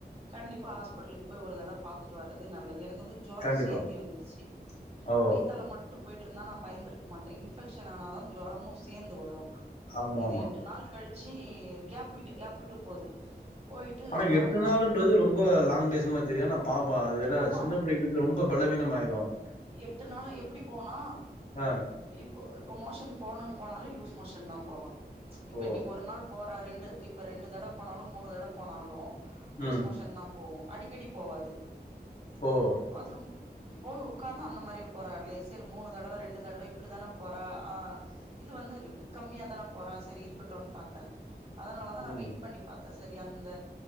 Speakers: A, on the right; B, on the left.
A: கண்டிப்பா ஹாஸ்பிடலுக்கு போய் ஒரு தடவ பாத்துட்டு வரது நல்லது எனக்கு வந்து ஜொரம்
B: கண்டிப்பா.
A: சேர்த்தி வந்துருச்சு
B: ஓ!
A: வைத்தால மட்டு போய்ட்டு இருந்தா நா பயந்திருக் மாட்ட இன்ஃபெக்க்ஷன் ஆனாதா ஜொரமு சேர்ந்து வரு
B: ஆமாமா.
A: இத எட்டு நாள் கழிச் சி கேப்விட்டு கேப்விட்டு போது போயிட்டு
B: ஆனா
A: ஜொரமு
B: எட்டு நாள்ன்றது
A: வந்தது
B: ரொம்ப லாங்டேஸ் மாரி தெரிது ஆனா பாப்பா அது வேற
A: ஆமா
B: சின்ன பிள்ளைக் ரொம்ப பலவீனமாயிருவாங்க
A: எட்டு நாலு எப்டி போனு
B: ஆ.
A: இப் இப்ப மோஷன் போணுன் போனாலே லூஸ் மோஷன் தா போவா இப்ப
B: ஓ!
A: இன்னைக்கு ஒரு நாள் போ ரெண்டு இப்ப ரெண்டு தடவ போனாலு மூணு தடவ போனாலு லூஸ்
B: ம்.
A: மோஷன் தா போவு அடிக்கடி போவாது
B: ஓ!
A: பாத்ரூம் போய் உக்காந்தா அந்த மாரியே போறா இவளே சரி மூணு தடவ ரெண்டு தடவ இப்டிதான போறா ஆ இது வந்து கம்மியா தான போறா சரி இருக்கட்டுன் பாத்த அதனால தா
B: ம்.
A: நா வெயிட் பண்ணி பாத் சரி அந்த